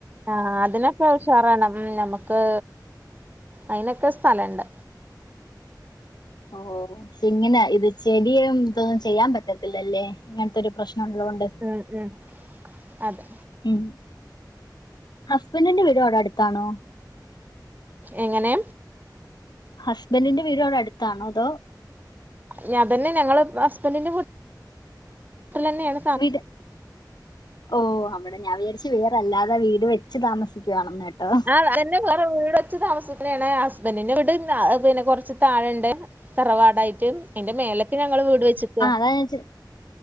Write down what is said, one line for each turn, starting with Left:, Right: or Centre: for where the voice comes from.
Right: ആഹ് അതിനൊക്കെ ഉഷാറണം നമക്ക് അയിനൊക്കെ സ്ഥലണ്ട്
Left: ഓഹ് ഷെ ഇങ്ങനെ ഇത് ചെടിയും ഇതൊന്നും ചെയ്യാൻ പറ്റത്തില്ലല്ലേ ഇങ്ങനത്തെ ഒരു പ്രശ്നള്ളോണ്ട്
Right: ഉം ഉം അതെ
Left: ഉം ഹസ്ബൻറിന്റെ വീട് വിടെ അടുത്താണോ
Right: എങ്ങനെ
Left: ഹഷ്ബൻറിന്റെ വീടോടടുത്താണോ അതോ
Right: ഞാൻ തന്നെ ഞങ്ങള് ഹസ്ബന്റിന്റെ വീ ട്ടിലെന്നെയാണ്
Left: വിട് ഓഹ് അവിടെ ഞാൻ വിചാരിച്ച് വേറെല്ലാതെ വീട് വെച്ച് താമസിക്കുവാണെന്നേട്ടോ
Right: ആഹ് എന്നെ വേറെ വീട് വച്ച് താമസിക്കനാണ് ഹസ്ബന്റിന്റെ വിട് അഹ് പിന്നെ കൊറച്ച് തായെണ്ട് തറവാടായിട്ട് എന്റെറെ മേലേക്ക് ഞങ്ങള് വീട് വെച്ചിക്ക
Left: അയാൻച്